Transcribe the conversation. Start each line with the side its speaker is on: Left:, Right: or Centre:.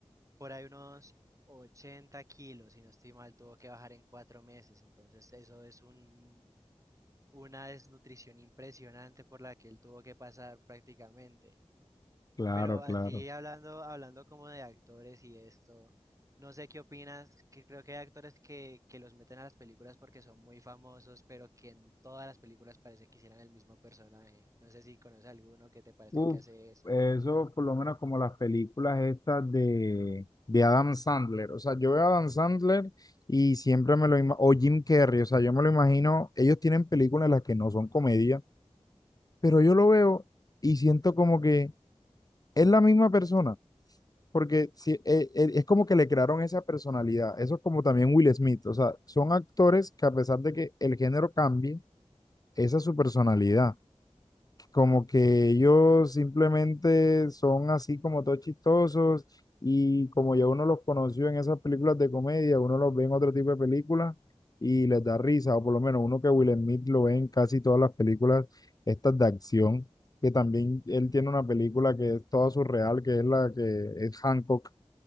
Right: por ahí unos 80 kilos, si no estoy mal, tuvo que bajar en cuatro meses, entonces eso es un una desnutrición impresionante por la que él tuvo que pasar prácticamente.
Left: claro,
Right: Pero así
Left: claro.
Right: hablando, hablando como de actores y esto, no sé qué opinas, que creo que hay actores que, que los meten a las películas porque son muy famosos, pero que en todas las películas parece que hicieran el mismo personaje. No sé si conoces alguno que te parezca
Left: Uf,
Right: que hace eso.
Left: eso por lo menos como las películas estas de, de Adam Sandler. O sea, yo veo a Adam Sandler y siempre me lo imagino, o Jim Carrey, o sea, yo me lo imagino, ellos tienen películas en las que no son comedia, pero yo lo veo y siento como que es la misma persona, porque si- eh, eh, es como que le crearon esa personalidad. Eso es como también Will Smith, o sea, son actores que a pesar de que el género cambie, esa es su personalidad. como que ellos simplemente son así como todos chistosos y como ya uno los conoció en esas películas de comedia, uno los ve en otro tipo de películas y les da risa, o por lo menos uno que Will Smith lo ve en casi todas las películas estas de acción, que también él tiene una película que es toda surreal, que es la que es Hancock,